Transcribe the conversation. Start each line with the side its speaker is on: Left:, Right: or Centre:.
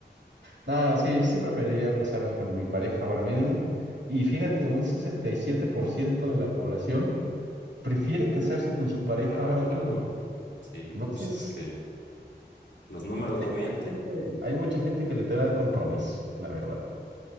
Right: No, sí, sí preferiría casarme con mi pareja ahora mismo. Y fíjate, un 67% de la población prefiere casarse con su pareja
Left: Ah,
Right: ahora
Left: claro,
Right: mismo.
Left: sí,
Right: No
Left: pues
Right: sé, es
Left: es que los números
Right: es que
Left: no
Right: hay
Left: mienten.
Right: mucha gente, hay mucha gente que le teme al compromiso, la verdad.